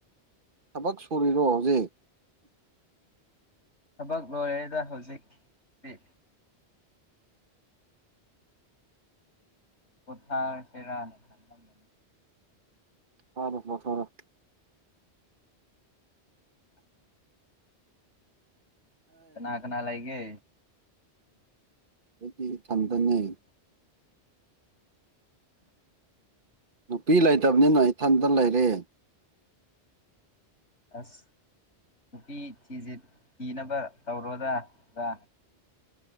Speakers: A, on the right; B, on the left.
A: ꯊꯕꯛ ꯁꯨꯔꯤꯔꯣ ꯍꯧꯖꯤꯛ
B: ꯊꯕꯛ ꯂꯣꯏꯔꯦꯗ ꯍꯧꯖꯤꯛꯇꯤ ꯀꯣꯊꯥ ꯁꯦꯔꯥꯅꯤ ꯊꯅꯤ
A: ꯍ ꯃꯊꯔ
B: ꯀꯅꯥ ꯀꯅꯥ ꯂꯏꯒꯦ
A: ꯗꯤ ꯊꯟꯗꯅꯦ ꯅꯨꯄꯤ ꯂꯩꯇꯕꯅꯤꯅ ꯏꯊꯟꯇ ꯂꯩꯔꯦ
B: ꯑꯁ ꯅꯨꯄꯤ ꯊꯤꯁꯦ ꯊꯤꯅꯕ ꯇꯧꯔꯣꯗ ꯑ